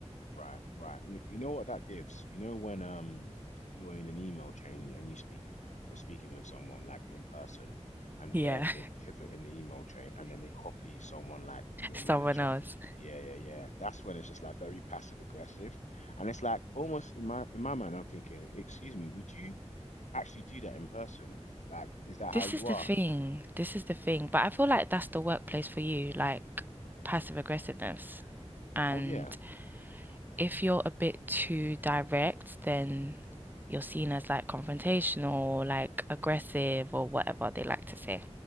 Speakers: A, on the left; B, on the right.
A: Right, right. You, you know what that gives? You know when um you're in an email chain and you speak you're speaking with someone like in person and
B: Yeah,
A: then they pivot in the email chain and then they copy someone like
B: <laughs>
A: your
B: someone
A: manager.
B: else.
A: Yeah, yeah, yeah. That's when it's just like very passive aggressive. And it's like almost in my in my mind I'm thinking, excuse me, would you actually do that in person? Like, is that how
B: This
A: you
B: is the
A: are?
B: thing. This is the thing. But I feel like that's the workplace for you, like passive aggressiveness. And
A: Oh yeah.
B: if you're a bit too direct, then you're seen as like confrontational, like aggressive, or whatever they like to say.